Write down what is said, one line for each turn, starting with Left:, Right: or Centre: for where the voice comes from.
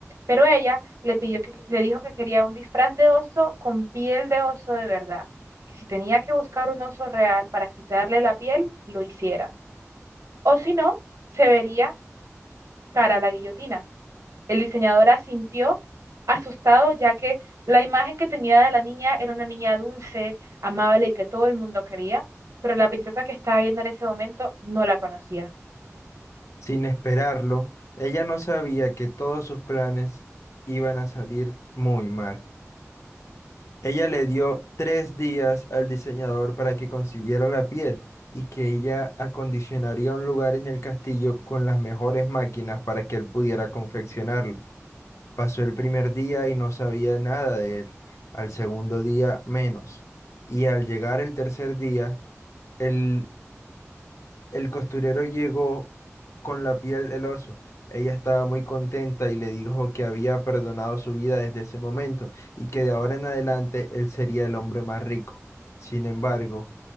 Right: Pero ella le pidió que, le dijo que quería un disfraz de oso con piel de oso de verdad, que si tenía que buscar un oso real para quitarle la piel, lo hiciera. O si no, se vería cara a la guillotina. El diseñador asintió, asustado, ya que la imagen que tenía de la niña era una niña dulce, amable y que todo el mundo quería, pero la princesa que estaba viendo en ese momento no la conocía.
Left: Sin esperarlo, ella no sabía que todos sus planes iban a salir muy mal. Ella le dio tres días al diseñador para que consiguiera la piel y que ella acondicionaría un lugar en el castillo con las mejores máquinas para que él pudiera confeccionarlo. Pasó el primer día y no sabía nada de él. Al segundo día menos. Y al llegar el tercer día, el, el costurero llegó con la piel del oso. Ella estaba muy contenta y le dijo que había perdonado su vida desde ese momento y que de ahora en adelante él sería el hombre más rico. Sin embargo,